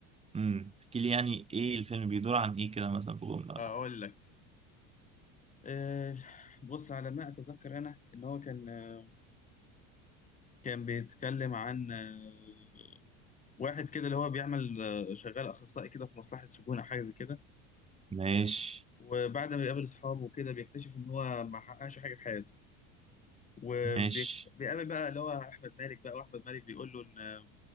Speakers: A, on the right; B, on the left.
A: امم احكي لي يعني ايه الفيلم بيدور عن ايه كده مثلا في جمله ولا
B: آه، اقول
A: حاجة.
B: لك آه بص على ما اتذكر انا ان هو كان آه كان بيتكلم عن آه واحد كده اللي هو بيعمل آه شغال اخصائي كده في مصلحة سجون او حاجة زي كده
A: ماشي
B: وبعد ما بيقابل اصحابه وكده بيكتشف ان هو ما حققش حاجة في حياته وبيقابل
A: ماشي
B: بقى اللي هو احمد مالك بقى واحمد مالك بيقول له ان